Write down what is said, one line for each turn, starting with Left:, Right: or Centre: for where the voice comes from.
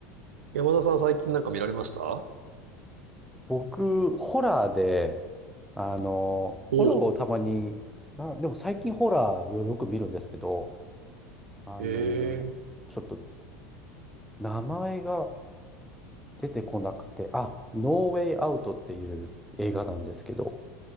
Right: 山田さん最近なんか見られました
Centre: 僕、ホラーで、あの、
Right: おう。
Centre: ホラーをたまに、あ、でも最近ホラーをよく見るんですけど、あの、
Right: えー、
Centre: ちょっと名前が出てこなくて、あ、ノーウェイアウトっていう映画なんですけど、